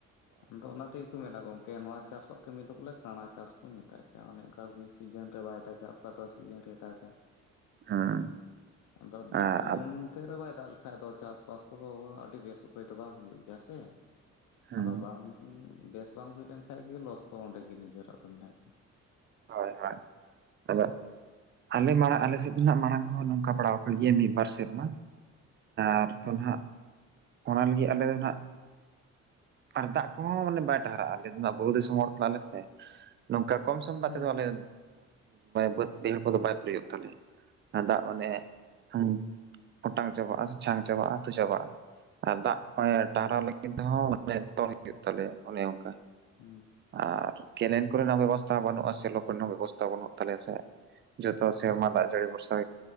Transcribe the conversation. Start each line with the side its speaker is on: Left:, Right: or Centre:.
Left: ᱟᱫᱚ ᱚᱱᱟ ᱛᱮ᱾ ᱢᱮᱱᱟ ᱜᱚᱝᱠᱮ ᱱᱚᱣᱟ ᱪᱟᱥᱚᱜ ᱠᱟᱹᱢᱤ ᱫᱚ ᱵᱚᱞᱮ ᱠᱟᱬᱟ ᱪᱟᱥ ᱠᱚ ᱢᱮᱛᱟᱜ ᱜᱮᱭᱟ ᱚᱱᱮ ᱚᱱᱠᱟᱜᱮ ᱥᱤᱡᱤᱱ ᱨᱮ ᱵᱟᱭ ᱫᱟᱜᱟᱭ᱾ ᱚᱠᱟ ᱫᱚ ᱥᱤᱡᱤᱱ ᱨᱮ ᱫᱟᱜᱟ,
Right: ᱦᱮᱸ
Left: ᱟᱫᱚ
Right: ᱟᱨ
Left: ᱥᱤᱡᱤᱱ ᱛᱮ ᱨᱮ ᱵᱟᱭ ᱫᱟᱜ ᱞᱮ᱾ ᱵᱟᱠᱷᱟᱡ ᱫᱚ ᱪᱟᱥᱵᱟᱥ ᱠᱚᱫᱚ ᱟᱹᱰᱤ ᱵᱮᱥ ᱩᱯᱟᱹᱭ ᱛᱮ ᱵᱟᱝ ᱦᱩᱭᱩᱜ ᱜᱮᱭᱟ ᱥᱮ᱾
Right: ᱦᱮᱸ
Left: ᱟᱫᱚ ᱵᱟᱝ ᱵᱮᱥ ᱵᱟᱝ ᱦᱩᱭ ᱞᱮᱱ ᱠᱷᱟᱱ ᱜᱮ, ᱞᱚᱥ ᱫᱚ ᱚᱸᱰᱮ ᱜᱮ ᱱᱤᱡᱮᱨᱟᱜ ᱫᱚ ᱢᱮᱱᱟᱜ ᱜᱮᱭᱟ᱾
Right: ᱦᱳᱭ ᱦᱳᱭ ᱟᱫᱚ᱾ ᱟᱞᱮ ᱢᱟᱲᱟᱝ ᱟᱞᱮ ᱥᱮᱫ ᱫᱚ ᱱᱟᱜ ᱢᱟᱲᱟᱝ ᱦᱚᱸ ᱱᱚᱝᱠᱟ ᱵᱟᱲᱟᱣ ᱟᱠᱟᱱ ᱜᱮᱭᱟ ᱢᱤᱫ ᱵᱟᱨ ᱥᱮᱨᱢᱟ᱾ ᱟᱨ
Left: ᱦᱮᱸ
Right: ᱫᱚᱦᱱᱟᱜ ᱚᱱᱟ ᱞᱟᱹᱜᱤᱫ ᱟᱞᱮ ᱫᱚ ᱱᱟᱜ᱾ ᱟᱨ ᱫᱟᱜ ᱠᱚᱦᱚᱸ ᱢᱟᱱᱮ ᱵᱟᱭ ᱴᱟᱦᱟᱨᱟᱜ-ᱟ, ᱟᱞᱮ ᱫᱚᱱᱟᱜ ᱵᱩᱨᱩ ᱫᱤᱥᱚᱢ ᱦᱚᱲ ᱠᱟᱱᱟᱞᱮ ᱥᱮ᱾ ᱱᱚᱝᱠᱟ ᱠᱚᱢ ᱥᱚᱢ ᱫᱟᱜ
Left: ᱦᱮᱸ
Right: ᱛᱮᱫᱚ ᱟᱞᱮ ᱵᱟᱹᱫᱽ ᱵᱟᱹᱭᱦᱟᱹᱲ ᱠᱚᱫᱚ ᱵᱟᱭ ᱯᱮᱨᱮᱡᱳᱜ ᱛᱟᱞᱮ᱾ ᱟ ᱫᱟᱜ ᱵᱟᱱᱮ ᱦᱩᱸ᱾ ᱚᱴᱟᱝ ᱪᱟᱵᱟᱜᱼᱟ ᱥᱮ ᱪᱷᱟᱱ ᱪᱟᱵᱟᱜ-ᱟ ᱛᱚ ᱪᱟᱵᱟᱜ-ᱟ ᱟᱨ ᱫᱟᱜ ᱴᱟᱨᱦᱟᱣ ᱞᱟᱹᱜᱤᱫ ᱛᱮᱸᱦᱚ᱾ ᱢᱟᱱᱮ ᱛᱚᱞ ᱦᱩᱭᱩᱜ ᱛᱟᱞᱮᱭᱟ ᱚᱱᱮ ᱚᱱᱠᱟ᱾
Left: ᱦᱩᱸ
Right: ᱟᱨ ᱠᱮᱞᱮᱱ ᱠᱚᱨᱮᱱᱟᱜ ᱵᱮᱵᱚᱥᱛᱷᱟ ᱵᱟᱹᱱᱩᱜ-ᱟ, ᱥᱮ ᱞᱚᱠᱮᱱ ᱠᱚᱨᱮᱱᱟᱜ ᱵᱮᱵᱚᱥᱛᱷᱟ ᱵᱟᱹᱱᱩᱜ ᱛᱟᱞᱮᱭᱟ ᱥᱮ᱾ ᱡᱚᱛᱚ ᱥᱮᱨᱢᱟ ᱫᱟᱜ ᱡᱟᱹᱲᱤ ᱵᱷᱚᱨᱥᱟ